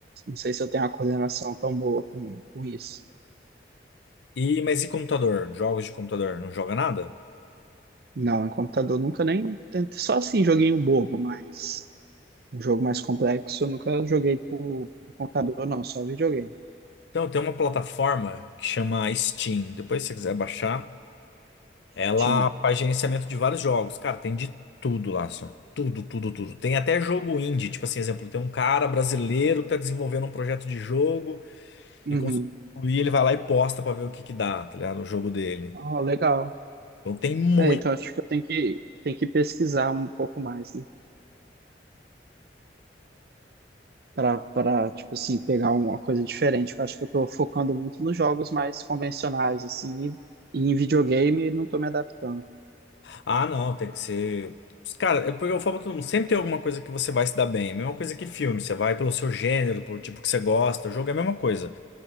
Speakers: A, on the right (about 55°); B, on the left (about 70°).
A: Não sei se eu tenho uma coordenação tão boa com, com isso.
B: E, mas e computador? Jogos de computador? Não joga nada?
A: Não, em computador nunca nem tentei. Só assim, joguinho bobo, mas um jogo mais complexo eu nunca joguei por por computador, não, só videogame.
B: Então, tem uma plataforma que chama Steam. Depois, se você quiser baixar. Ela
A: Steam.
B: faz gerenciamento de vários jogos. Cara, tem de tudo lá, assim, ó. Tudo, tudo, tudo. Tem até jogo indie. Tipo assim, exemplo, tem um cara brasileiro que tá desenvolvendo um projeto de jogo
A: Uhum.
B: e conseguiu concluir, ele vai lá e posta pra ver o que que dá, tá ligado? O jogo dele.
A: Ah, legal.
B: Então tem muito.
A: É, então acho que eu tenho que, tenho que pesquisar um pouco mais, né? para para tipo assim, pegar uma coisa diferente. Eu acho que eu tô focando muito nos jogos mais convencionais, assim, e, em videogame não tô me adaptando.
B: Ah, não, tem que ser. Cara, é porque eu falo pra todo mundo, sempre tem alguma coisa que você vai se dar bem. Mesma coisa que filme, você vai pelo seu gênero, pelo tipo que você gosta. O jogo é a mesma coisa.